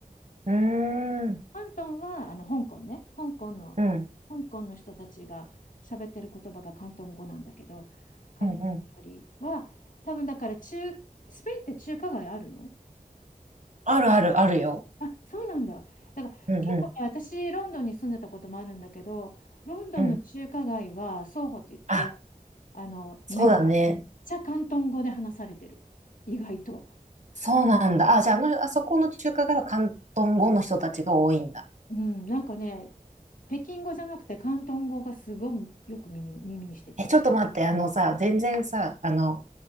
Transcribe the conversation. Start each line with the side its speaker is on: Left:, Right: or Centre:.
Right: うーん。
Left: 広東はあの香港ね、香港の、
Right: うん。
Left: 香港の人たちが喋ってる言葉が広東語なんだけど、広東料理は多分だから中、
Right: うんうん。
Left: スペインって中華街あるの
Right: あるあるあるよ。
Left: あ、そうなんだ。だから結構ね、
Right: うんうん。
Left: 私、ロンドンに住んでたこともあるんだけど、ロンドンの中華街はソーホといって、
Right: うん。あ、
Left: あの、
Right: そうだね。
Left: めちゃ広東語で話されてる。意外と。
Right: そうなんだ。あ、じゃあ、あの、あそこの中華街は広東語の人たちが多いんだ。
Left: うん、なんかね、北京語じゃなくて広東語がすごいよく耳に、耳にしてた。
Right: え、ちょっと待って。あのさ、全然さ、あの、